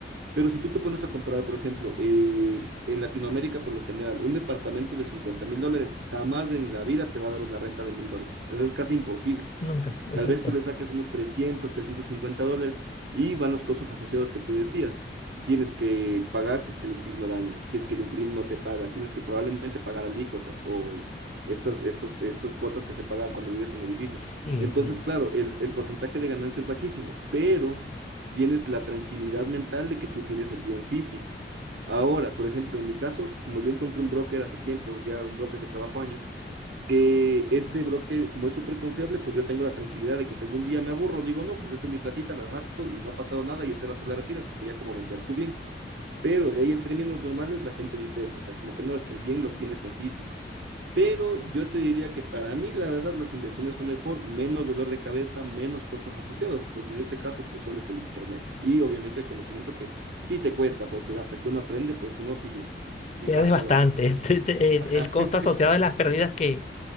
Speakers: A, on the right; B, on the left.
A: Pero si tú te pones a comprar, por ejemplo, eh, en Latinoamérica, por lo general, un departamento de cincuenta mil dólares jamás en la vida te va a dar una renta de mil dólares. Eso es casi imposible.
B: nunca, exacto.
A: Tal vez tú le saques unos trescientos trescientos cincuenta dólares y van los costos asociados que tú decías. Tienes que pagar si es que el inquilino daña, si es que el inquilino no te paga, tienes que probablemente pagar alícuotas o estas, estos, estos cuotas que se pagan cuando vives en el edificio.
B: Sí,
A: Entonces,
B: l-
A: claro, el, el porcentaje de ganancia es bajísimo, pero tienes la tranquilidad mental de que tú tienes el bien físico. Ahora, por ejemplo, en mi caso, como yo encontré un broker hace tiempo, ya un broker que trabajo años, eh, este broker, como es súper confiable, pues yo tengo la tranquilidad de que si algún día me aburro, digo, no, pues esta es mi platita, la saco y no ha pasado nada y ese rato la retiras, que sería como vender tu bien. Pero de ahí en términos normales la gente dice eso, o sea, como que no, es que el bien lo tienes en físico. Pero yo te diría que para mí, la verdad, las inversiones son mejor, menos dolor de cabeza, menos costos asociados, porque en este caso, pues solo es el Internet. Y obviamente el conocimiento que sí te cuesta, porque hasta que uno aprende, pues uno sí, sí
B: pierdes
A: gasta
B: bastante.
A: lo que...
B: <laughs> Te- te- eh,
A: Ajá.
B: el costo
A: <laughs>
B: asociado de las pérdidas que...